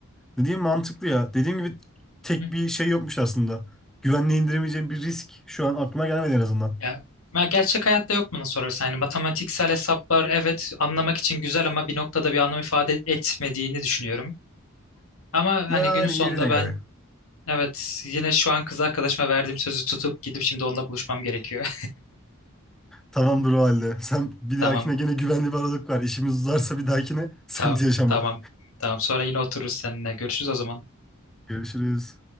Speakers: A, in the centre; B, on the left.
A: Dediğim mantıklı ya. Dediğim gibi
B: Hı
A: tek
B: hı.
A: bir şey yokmuş aslında. Güvenli indiremeyeceğim bir risk şu an aklıma gelmedi en azından.
B: Ya, ya gerçek hayatta yok bana sorarsan. Yani matematiksel hesaplar evet anlamak için güzel ama bir noktada bir anlam ifade etmediğini düşünüyorum. Ama
A: Yani
B: hani günün sonunda
A: yerine göre.
B: ben evet yine şu an kız arkadaşıma verdiğim sözü tutup gidip şimdi onunla buluşmam gerekiyor.
A: Tamamdır o halde. <laughs> Sen
B: <laughs>
A: bir
B: Tamam,
A: dahakine gene güvenli bir aralık var. İşimiz uzarsa bir dahakine sıkıntı
B: tamam,
A: yaşama.
B: tamam, tamam. Sonra yine otururuz seninle. Görüşürüz o zaman.
A: Görüşürüz.